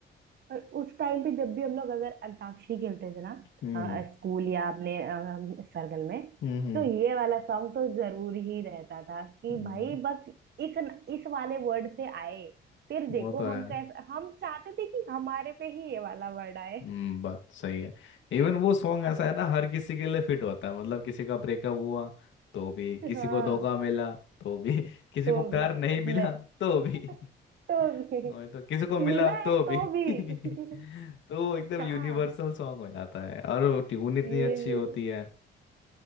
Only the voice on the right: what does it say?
और उस टाइम पे जब भी हम लोग अगर अंताक्षरी खेलते थे ना
अ, स्कूल या अपने अ, सर्कल में
तो ये वाला सॉन्ग तो जरूर ही रहता था कि
भाई बस इस इस वाले वर्ड से आए फिर
देखो
हम कैसे हम चाहते थे कि हमारे पे ही ये वाला वर्ड आए
<laughs>
हाँ
तो
भी
नहीं
<laughs>
तो भी
मिला
है
तो
भी
<laughs>
हाँ
ये